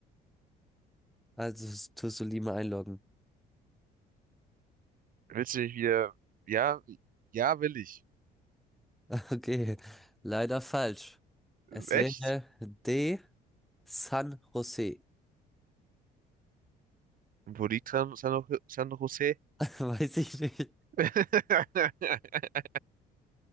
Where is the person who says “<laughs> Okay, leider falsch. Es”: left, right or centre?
Centre